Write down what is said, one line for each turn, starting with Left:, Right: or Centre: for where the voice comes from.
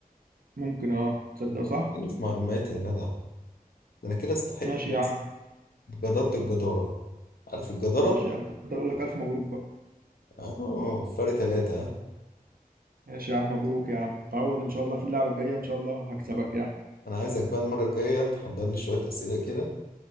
Right: ممكن اه تصدق
Left: لخبطتني
Right: صح
Left: في معلوماتي يا جدع ده انا كده استحق
Right: ماشي
Left: نفسي
Right: يا عم
Left: بجدارة الجدارة عارف الجدارة؟
Right: ماشي يا عم كنت اقول لك الف مبروك بقى
Left: اه فرق تلاتة ها؟
Right: ماشي يا عم مبروك يا عم تعوض ان شاء الله في اللعبه الجايه ان شاء الله هكسبك يعني
Left: انا عايزك بقى المرة الجاية تحضر لي شوية اسئلة كده